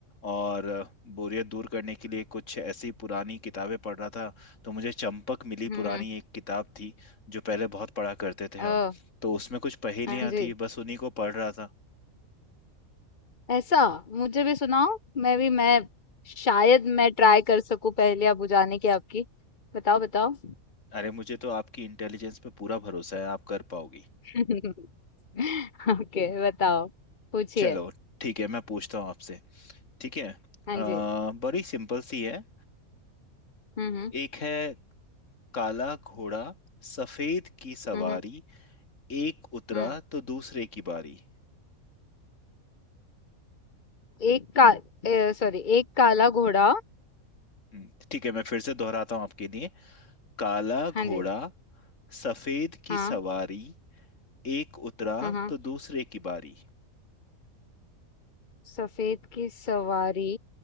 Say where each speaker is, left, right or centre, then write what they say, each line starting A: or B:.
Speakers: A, on the left; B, on the left.
A: और अ, बोरियत दूर करने के लिए कुछ ऐसी पुरानी किताबें पढ़ रहा था तो मुझे चंपक मिली
B: हम्म
A: पुरानी एक किताब थी जो पहले बहुत पढ़ा करते थे हम
B: ओ
A: तो उसमें कुछ पहेलियां
B: हाँ जी
A: थी बस उन्हीं को पढ़ रहा था
B: ऐसा मुझे भी सुनाओ मैं भी मैं शायद मैं ट्राई कर सकूं पहले आप बुझाने की आपकी बताओ बताओ
A: अरे मुझे तो आपकी इंटेलिजेंस पे पूरा भरोसा है आप कर पाओगी
B: <laughs> ओके बताओ पूछिए
A: चलो ठीक है मैं पूछता हूँ आपसे ठीक है
B: हाँ
A: अ,
B: जी
A: बड़ी सिंपल सी है
B: हम्म हम्म
A: एक है काला घोड़ा सफेद की सवारी
B: हम्म
A: एक उतरा
B: हम्म
A: तो दूसरे की बारी
B: एक का सॉरी एक काला घोड़ा
A: हम्म, ठीक है मैं फिर से दोहराता हूँ आपके लिए काला घोड़ा
B: हाँ जी
A: सफेद की
B: हाँ
A: सवारी एक उतरा
B: हाँ हाँ
A: तो दूसरे की बारी
B: सफेद की सवारी